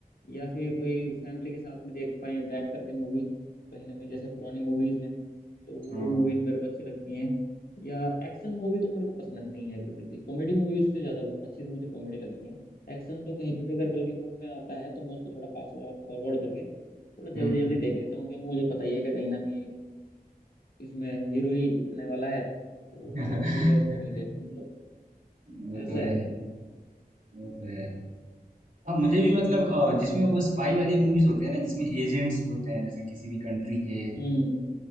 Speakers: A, on the left; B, on the right.
A: या फिर कोई फैमिली के साथ में देख पाए बैठ करके मूवी कहीं ना कहीं जैसे पुरानी मूवीज हैं तो वो
B: हाँ
A: मूवीज मेरे को अच्छी लगती हैं या एक्शन मूवी तो मेरे को पसंद नहीं है बिल्कुल भी कॉमेडी मूवी उससे ज़्यादा अच्छी तो मुझे कॉमेडी लगती है एक्शन तो कहीं पे भी अगर बल्कि मूवी में आता है तो मैं उसको थोड़ा फास्ट फॉरवर्ड करके थोड़ा जल्दी
B: हम्म
A: जल्दी देख लेता हूँ क्योंकि मुझे पता ही है कि कहीं ना कहीं इसमें हीरो ही जीतने वाला है तो
B: <laughs>
A: चलो ठीक है इसको नहीं देखते मतलब
B: वो
A: ऐसा
B: तो है
A: है
B: वो तो है हाँ मुझे भी मतलब अ, जिसमें वो स्पाई वाले मूवीज होते हैं ना जिसमें एजेंट्स होते हैं जैसे किसी भी कंट्री के
A: हम्म